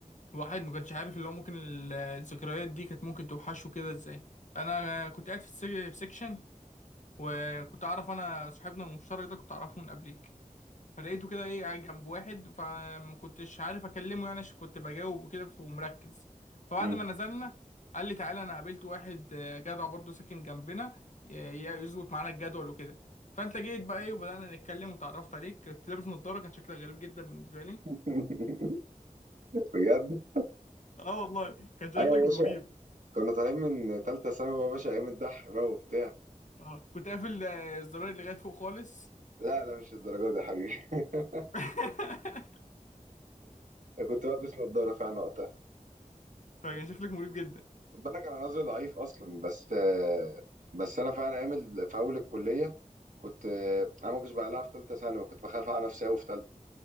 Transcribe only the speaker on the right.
مم.
<laughs> بجد
ايوه يا
باشا كنا طالعين من تالتة ثانوي يا باشا ايام الضحك بقى وبتاع
لا لا مش الدرجة دي يا حبيبي <laughs>
كنت بلبس نظارة فعلا وقتها
خد بالك انا نظري ضعيف اصلا بس آه، بس انا فعلا عامل في اول الكلية كنت آه، انا ما كنتش بقلعها في ثالثة ثانوي وكنت بخاف على نفسي قوي في ثالثة